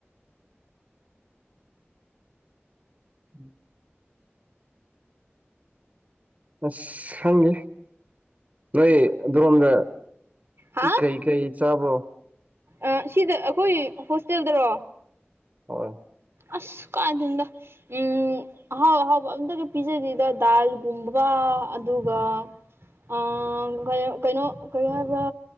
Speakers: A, on the right (about 35°); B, on the right (about 70°).
A: ꯎꯝ ꯑꯁ ꯈꯪꯗꯦ ꯅꯣꯏ ꯑꯗꯣꯝꯗ
B: ꯍꯥ
A: ꯀꯩ ꯀꯩ ꯆꯥꯕ꯭ꯔꯣ
B: ꯑꯥ ꯑꯁꯤꯗ ꯑꯈꯣꯏ ꯍꯣꯁꯇꯦꯜꯗꯔꯣ
A: ꯍꯣꯏ
B: ꯑꯁ ꯀꯥꯏꯗꯩꯟꯗ ꯎꯝ ꯑꯍꯥꯎ ꯑꯍꯥꯎꯕ ꯑꯝꯇꯗꯤ ꯄꯤꯖꯗꯦꯗ ꯗꯥꯜ ꯨꯄꯨꯝꯕꯕ ꯑꯗꯨꯒ ꯑꯥ ꯀꯩ ꯀꯩꯅꯣ ꯀꯔꯤ ꯍꯥꯏꯕ꯭ꯔ